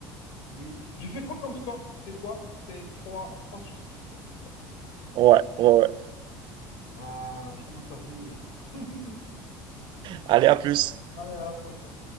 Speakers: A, on the left; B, on the right.
A: oui. J'ai fait quoi comme score? C'était quoi? C'était trois, 3 sur 6 quoi, je crois.
B: Ouais, ouais, ouais.
A: Ah, je commence à vieillir, là. <laughs>
B: Allez, à plus.
A: Allez, à la prochaine.